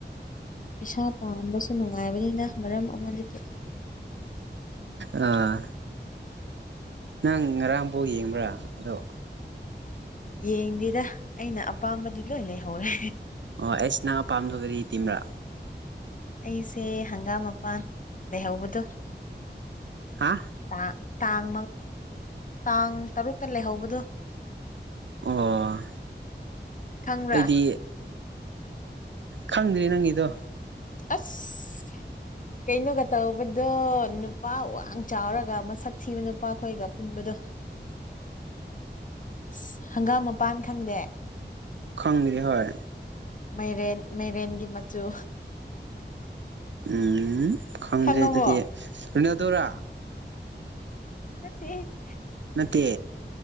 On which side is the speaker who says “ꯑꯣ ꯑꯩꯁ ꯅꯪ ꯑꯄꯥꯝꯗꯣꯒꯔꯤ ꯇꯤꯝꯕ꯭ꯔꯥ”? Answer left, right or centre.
Right